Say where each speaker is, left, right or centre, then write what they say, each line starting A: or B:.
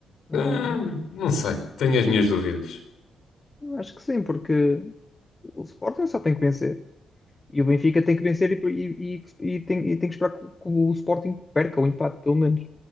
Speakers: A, on the left (about 20°); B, on the left (about 75°).
A: Ah,
B: Ah, não sei, tenho as minhas dúvidas.
A: eu acho que sim, porque o Sporting só tem que vencer. E o Benfica tem que vencer e, e, e- e tem, e tem que esperar que, o que o Sporting perca o empate, pelo menos.